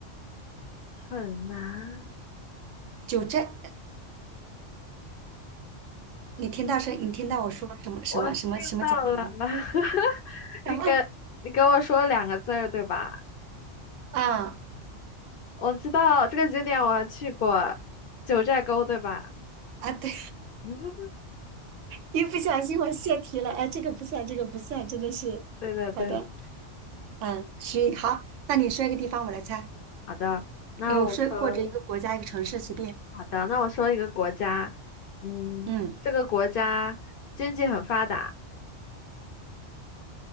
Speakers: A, on the left; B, on the right.
A: 很难。
B: 九寨。你听到声，你听到我说什么什么什么什么景点了吗？
A: 我听到了，<laughs> 你给
B: 什么
A: 你给我说两个字儿对吧？
B: 啊
A: 我知道这个景点我还去过，九寨沟对吧？
B: 啊？对。
A: <laughs>
B: 一不小心我泄题了，哎，这个不算，这个不算，真的是好的，
A: 对对对的，
B: 嗯，需好，那你说一个地方，我来猜，
A: 好的，那我说
B: 呃，说或者一个国家，一个城市，随便，
A: 好的，那我说一个国家，嗯，
B: 嗯，
A: 这个国家经济很发达，